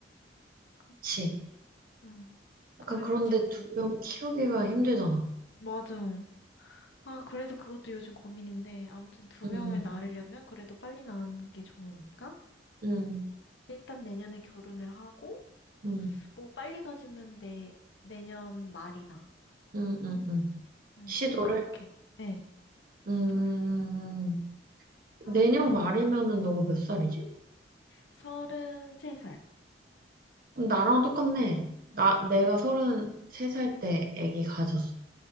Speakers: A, on the left; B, on the right.
A: 그-
B: 그치.
A: 응.
B: 약간
A: 그래가지고
B: 그런데 두 명 키우기가 힘들잖아.
A: 맞아. 아, 그래서 그것도 요즘 고민인데, 아무튼 두 명을
B: 응,
A: 낳으려면 그래도 빨리 낳는 게 좋으니까.
B: 응.
A: 일단 내년에 결혼을 하고,
B: 음,
A: 뭐 빨리 가지면 내, 내년 말이나,
B: 음, 음, 음.
A: 응,
B: 시도를.
A: 그렇게, 예,
B: 음,
A: 시도를 하고,
B: 내년 말이면은 너가 몇 살이지?
A: 서른세 살.
B: 그럼 나랑 똑같네. 나, 내가 33살 때 아기 가졌어.